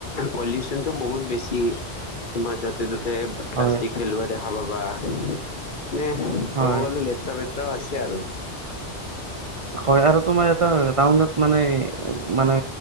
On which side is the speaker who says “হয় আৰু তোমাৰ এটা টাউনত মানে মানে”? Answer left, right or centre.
Right